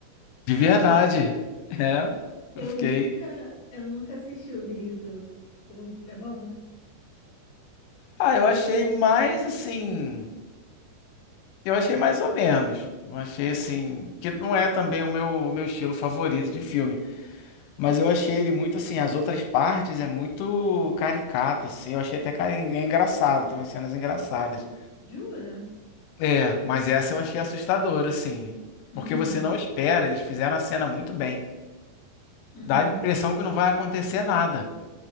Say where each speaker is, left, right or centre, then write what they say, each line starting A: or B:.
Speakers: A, on the left; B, on the left.
A: De verdade. <laughs> É. Eu
B: Eu
A: fiquei.
B: nunca, eu nunca assisti o grito. O- É bom?
A: Ah, eu achei mais assim. Eu achei mais ou menos. Não achei assim. Que não é também o meu, o meu estilo favorito de filme. Mas eu achei ele muito assim. As outras partes é muito caricato, assim. Eu achei até cari- é engraçado. Tem umas cenas engraçadas.
B: Jura?
A: É, mas essa eu achei assustadora, assim.
B: Uhum,
A: Porque você não espera. Eles fizeram a cena muito bem.
B: uhum,
A: Dá a impressão que não vai acontecer nada.